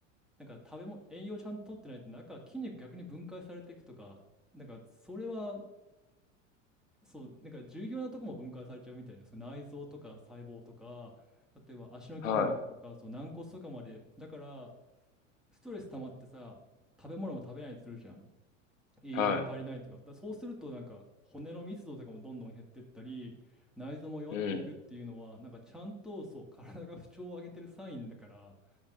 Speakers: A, in the centre; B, on the left (about 85°).
A: なんか食べ物、栄養ちゃんと取ってないと、なんか筋肉逆に分解されていくとか、なんかそれは、そう、なんか重要なとこも分解されちゃうみたいです。そう内臓とか細胞とか、例えば足の筋肉とか、
B: はい。
A: そう軟骨とかまで。だから、ストレス溜まってさ、食べ物も食べないりするじゃん。栄養が足りないとか。
B: は
A: だからそうすると、なんか、骨の密度とかもどんどん減ってったり、内臓も弱っていくっていうのは、
B: い。うん。
A: なんか、ちゃんと、そう、体が不調を上げてるサインだから、